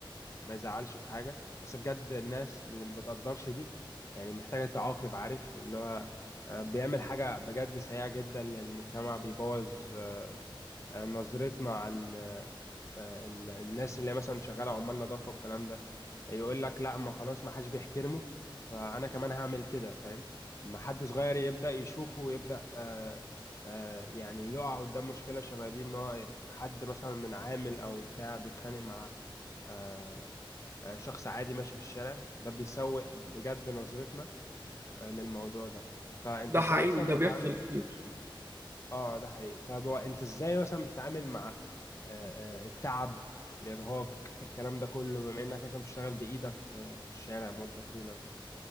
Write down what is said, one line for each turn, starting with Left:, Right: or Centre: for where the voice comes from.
Left: ما يزعلش في حاجة بس بجد الناس اللي ما بتقدرش دي يعني محتاجة تعاقب عارف اللي هو آه، بيعمل حاجة بجد سيئة جدا للمجتمع بيبوظ آه، آه، نظرتنا عن آه، آه، ال- الناس اللي هي مثلا شغاله عمال نظافه والكلام ده يقول لك لا ما خلاص ما حدش بيحترمه فانا كمان هعمل كده فاهم اما حد صغير يبدا يشوفه ويبدا آه آه يعني يقع قدام مشكله شبه دي ان هو حد مثلا من عامل او بتاع بيتخانق مع آه آه، شخص عادي ماشي في الشارع ده بيسوء بجد نظرتنا آه للموضوع ده فانت
Right: ده
Left: ازاي
Right: حقيقي
Left: اصلا
Right: ده
Left: بتعامل
Right: بيحصل كتير
Left: اه ده حقيقي طب هو انت ازاي مثلا بتتعامل مع آه، آه، التعب الارهاق الكلام ده كله بما انك مثلا بتشتغل بايدك في الشارع مدة طويلة وكده